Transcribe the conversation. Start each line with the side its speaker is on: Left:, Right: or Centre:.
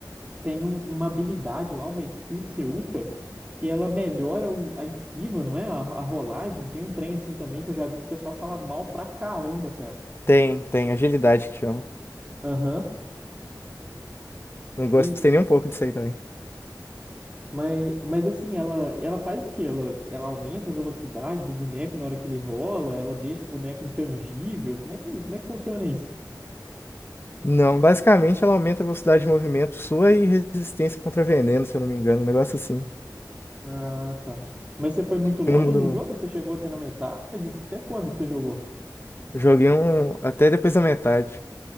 Right: tem um- uma habilidade lá, uma skill que você upa, que ela melhora o- a esquiva, não é? A, a rolagem. Tem um trem assim também que eu já vi que o pessoal fala mal pra caramba, cara.
Left: Tem, tem agilidade que chama.
Right: Aham.
Left: Não gostei
Right: E
Left: nem um pouco disso aí também.
Right: mas, mas assim, ela ela faz o quê? Ela ela aumenta a velocidade do boneco na hora que ele rola, ela deixa o boneco intangível. Como é que como é que funciona isso?
Left: Não, basicamente ela aumenta a velocidade de movimento sua e resistência contra veneno, se eu não me engano. Um negócio assim.
Right: Ah, tá. Mas você foi muito longe
Left: Eu não mudou.
Right: no
Left: não.
Right: jogo? Você chegou até na metade? Até quando que você jogou?
Left: Eu Joguei um até depois da metade.